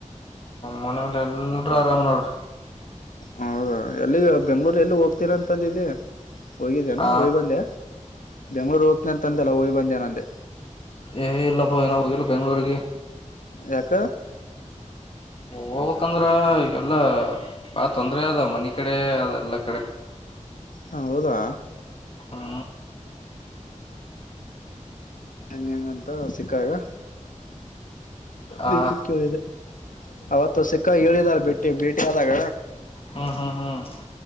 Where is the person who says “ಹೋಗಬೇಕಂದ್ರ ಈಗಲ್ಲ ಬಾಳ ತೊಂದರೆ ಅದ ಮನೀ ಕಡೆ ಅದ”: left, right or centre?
Left